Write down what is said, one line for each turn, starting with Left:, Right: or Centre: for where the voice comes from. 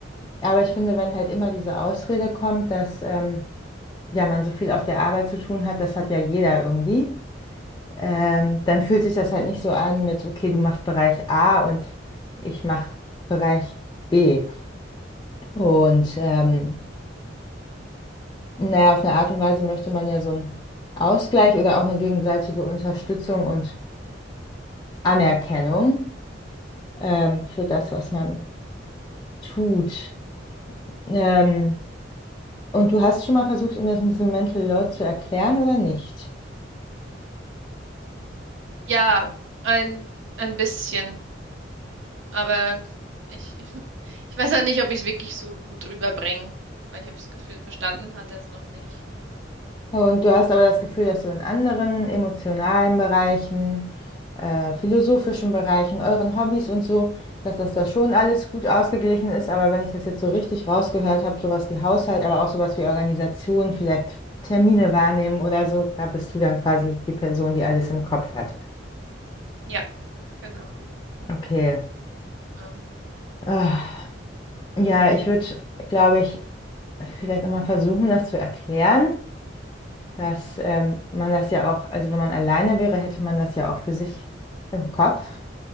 Left: Aber ich
Right: Hm,
Left: finde, wenn halt immer diese Ausrede kommt, dass ähm, ja, man so viel auf der Arbeit zu tun hat, das hat ja jeder irgendwie, ähm, dann fühlt sich das halt nicht so an mit, okay, du machst Bereich A und ich mache Bereich B. Und ähm, Naja, auf eine Art und Weise möchte man ja so einen Ausgleich oder auch eine gegenseitige Unterstützung und Anerkennung ähm,
Right: hm.
Left: für das, was man tut. Ähm, und du hast schon mal versucht, ihm das mit diesem Mental Load zu erklären oder nicht?
Right: Ja, ein, ein bisschen. Aber ich, <laughs> ich weiß ja nicht, ob ich es wirklich so gut rüberbringe, weil ich habe das Gefühl, verstanden hat er es noch nicht.
Left: Und du hast aber das Gefühl, dass du in anderen emotionalen Bereichen, äh, philosophischen Bereichen, euren Hobbys und so, dass das da schon alles gut ausgeglichen ist. Aber wenn ich das jetzt so richtig rausgehört habe, sowas wie Haushalt, aber auch sowas wie Organisation, vielleicht Termine wahrnehmen oder so, da bist du dann quasi
Right: Hm.
Left: die Person, die alles im Kopf hat.
Right: Ja, genau.
Left: Okay.
Right: Ähm,
Left: Ah, Ja, ich würde, glaube ich, vielleicht nochmal versuchen, das zu erklären. dass
Right: hm,
Left: ähm, man das ja auch, also wenn man alleine wäre, hätte man das ja auch für sich im Kopf.